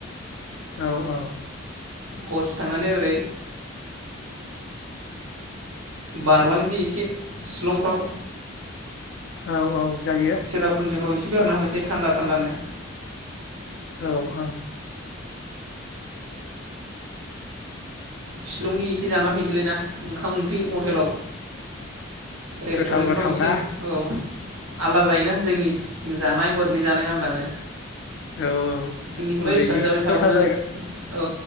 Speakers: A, on the left; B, on the right.
A: औ औ
B: कच थांनानै ओरै बारलांसै एसे शिलंफ्राव
A: औ औ जायो
B: सिरापुनज फोराव बेरायना फैसै थान्दा थान्दानो
A: औ ओं
B: सिलंनि एसे जाना फैनोसैलायना ओंखाम ओंख्रि हटेलाव रेस्टुरेन्टफ्राव
A: गोथाव गोथाव
B: एसे
A: ना
B: औ आलादा जायोना जोंनिसिं जानाय हरैनि जानाय आलदानो
A: औ औ
B: जोंनिखौलाय
A: ओरैनि
B: बेसेबां जाबाय थाबावनो
A: दस्रा जायगा
B: औ